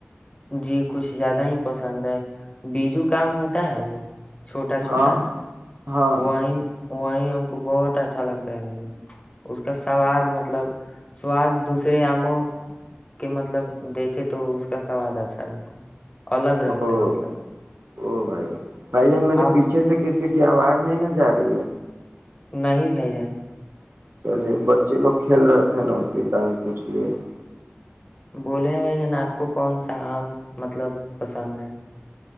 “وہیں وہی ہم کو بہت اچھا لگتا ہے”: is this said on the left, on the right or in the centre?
Left